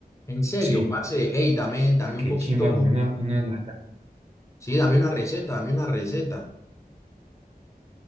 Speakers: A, on the left; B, on the right.
A: En serio,
B: Sí.
A: parce, hey, dame, dame
B: Ah,
A: un
B: qué
A: poquito,
B: chimba, con una, una lasaña.
A: sí, dame una receta, dame una receta.